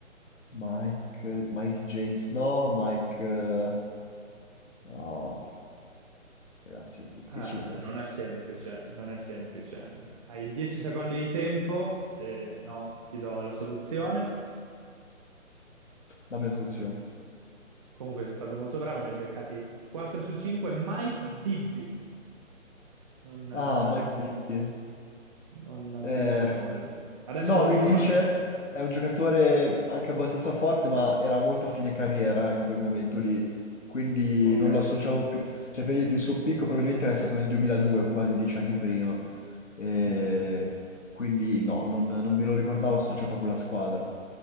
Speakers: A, on the left (about 70°); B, on the right (about 25°).
A: Mike, Mike James? No, Mike. eh, oh, ragazzi, è difficile
B: Eh,
A: questo.
B: non è semplice, non è semplice. Hai 10 secondi di tempo, se no ti do la soluzione.
A: Dammi la soluzione.
B: Comunque sei stato molto bravo, ne hai beccati 4 su 5. Mike Bibby. Non, eh,
A: Ah, Mike Bibby.
B: non
A: Eh,
B: ti dice nulla. Adesso
A: No,
B: lo
A: mi
B: ricordi?
A: dice, è un giocatore anche abbastanza forte, ma era molto a fine carriera in quel momento lì, quindi
B: Ok.
A: non lo associavo più. Cioè, per dirti, il suo picco probabilmente era stato nel 2002, quasi dieci anni prima, e
B: Mm.
A: quindi no, non, non me lo ricordavo associato a quella squadra.